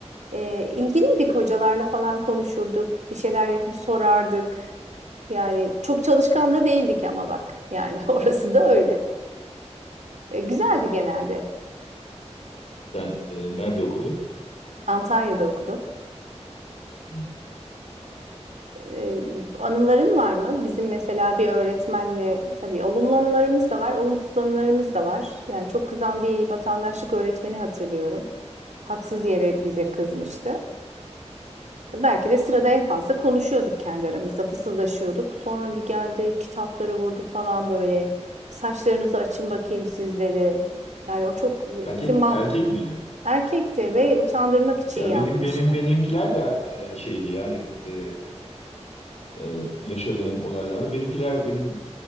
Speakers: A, on the right; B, on the left.
A: e, ilgiliydik hocalarla falan konuşurduk. Bir şeyler yapıp sorardık. Yani çok çalışkan da değildik ama bak yani <laughs> orası da öyle. E, güzeldi genelde.
B: Sen e, nerede okudun?
A: Antalya'da okudum.
B: Hmm.
A: Ee, anıların var mı? Bizim mesela bir öğretmenle tabii olumlu anılarımız da var, olumsuz anılarımız da var. Yani çok kızan bir vatandaşlık öğretmeni hatırlıyorum. Haksız yere bize kızmıştı. Belki de sırada en fazla konuşuyorduk kendi aramızda, fısıldaşıyorduk. Sonra bir geldi, kitapları vurdu falan böyle. Saçlarınızı açın bakayım siz dedi. Yani o çok bizim
B: Erkek
A: mah
B: erkek miydi?
A: erkekti ve utandırmak için
B: Ya
A: yapmıştı.
B: benim benim benimkiler de e, şeydi yani e, e, yaşadığım olaylar. Benimkiler benim